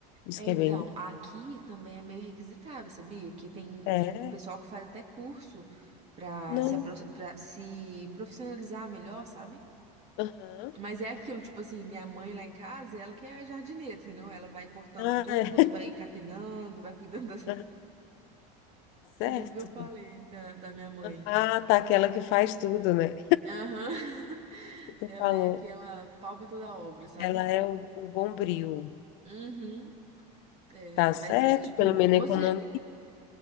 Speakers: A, on the left; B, on the right.
A: Isso
B: É,
A: que
B: então,
A: é bem bom.
B: aqui também é meio requisitado, sabia? Que tem,
A: É,
B: tem um pessoal que faz até curso pra
A: não.
B: se, apro- pra se profissionalizar melhor, sabe?
A: Aham.
B: Mas é aquilo, tipo assim, minha mãe lá em casa, ela que é jardineira, entendeu? Ela vai cortando
A: Ah,
B: tudo,
A: é.
B: vai capinando, vai cuidando das...
A: <laughs> Aham, tá
B: <laughs>
A: Certo.
B: Por isso que eu falei da, da minha mãe.
A: Ah, tá, aquela que faz tudo, né?
B: Aham. <laughs>
A: Isso que tu
B: Ela
A: falou.
B: é aquela palpa toda obra, sabe?
A: Ela é o, o bombril.
B: Uhum, é,
A: Tá
B: mas
A: certo?
B: é, tipo,
A: Pelo menos
B: você
A: economia.